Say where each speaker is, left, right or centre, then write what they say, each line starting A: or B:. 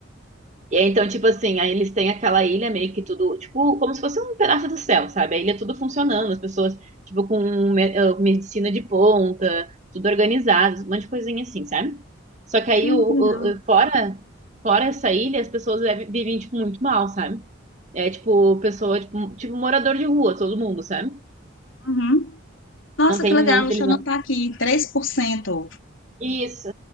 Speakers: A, on the right; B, on the left.
A: E aí, então, tipo assim, aí eles têm aquela ilha meio que tudo, tipo, como se fosse um pedaço do céu, sabe? A ilha tudo funcionando, as pessoas, tipo, com me- eh, medicina de ponta, tudo organizado, um monte de coisinha assim, sabe? Só que aí, o, o-
B: que legal.
A: o- fora, fora essa ilha, as pessoas leve- vivem, tipo, muito mal, sabe? É, tipo, pessoa, tipo, tipo, morador de rua, todo mundo, sabe?
B: Uhum. Nossa,
A: Não tem,
B: que legal,
A: não,
B: O
A: eles
B: eu
A: não.
B: tá aqui, Três por cento.
A: Isso.